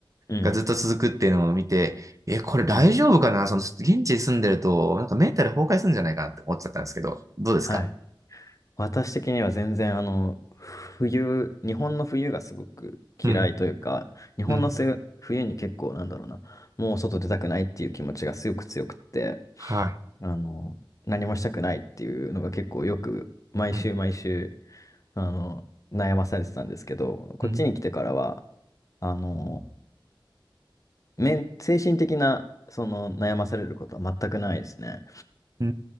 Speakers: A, on the left (about 40°); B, on the right (about 40°).
A: うん。うん。
B: がずっと続くっていうのを見て、え、これ大丈夫かなその、
A: うん。
B: 現地に住んでると、なんかメンタル崩壊するんじゃないかなって思っちゃったんですけど、どうですか
A: はい。私的には全然あの、冬、日本の冬がすごく嫌いというか、
B: うん、
A: 日本のせ冬に結構なんだろうな、
B: うん、
A: もう外出たくないっていう気持ちがすごく強くって、
B: はい。
A: あの、何もしたくないっていうのが結構よく、毎週毎週、
B: うん、
A: あの、悩まされてたんですけど、こっちに来てからは、
B: うん、
A: あの、面、精神的な、その悩まされることは全くないですね。
B: うー